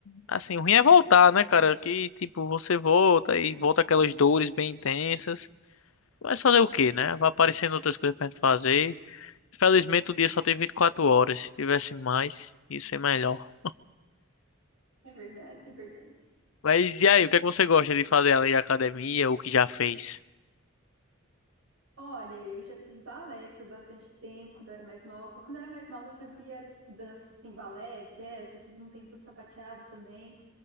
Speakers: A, on the left (about 75°); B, on the right (about 75°).
A: assim, o ruim é voltar, né, cara? Que, tipo, você volta e volta aquelas dores bem intensas. Mas fazer o quê, né? Vai aparecendo outras coisas pra gente fazer. Felizmente o dia só tem 24 horas. Se tivesse mais, ia ser melhor.
B: É verdade, é verdade.
A: Mas e aí, o que é que você gosta de fazer além da academia ou o que já fez?
B: Olha, eu já fiz balé por bastante tempo, quando eu era mais nova. Quando eu era mais nova, eu fazia dança em balé, jazz, já fiz um tempo de sapateado também.